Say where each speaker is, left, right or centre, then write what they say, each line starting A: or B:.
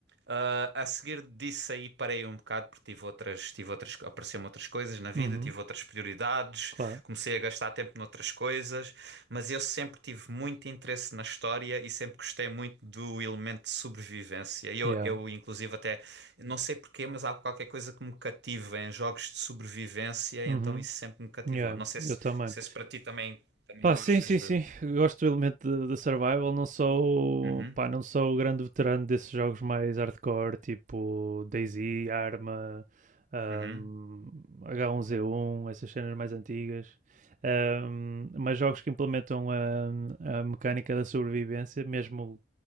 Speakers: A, on the right (about 85°); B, on the right (about 45°).
A: Ah, a seguir disso aí parei um bocado porque tive outras, tive outras, apareceram outras coisas na vida,
B: Uhum.
A: tive outras prioridades,
B: Claro.
A: comecei a gastar tempo noutras coisas, mas eu sempre tive muito interesse na história e sempre gostei muito do elemento de sobrevivência. E Eu,
B: Yeah.
A: eu inclusive, até não sei porquê, mas há qualquer coisa que me cativa em jogos de sobrevivência,
B: Uhum.
A: então isso sempre me cativou.
B: Yeah.
A: Não sei
B: Eu
A: se,
B: também.
A: não sei se para ti também, também
B: Pá,
A: gostas
B: sim, sim, sim.
A: de.
B: Gosto do elemento da survival. Não sou,
A: Uhum,
B: pá, não sou o grande veterano desses jogos mais hardcore, tipo DayZ, Arma, ahm,
A: uhum,
B: H1Z1, essas cenas mais antigas. Ahm, mas jogos que implementam a, a mecânica da sobrevivência, mesmo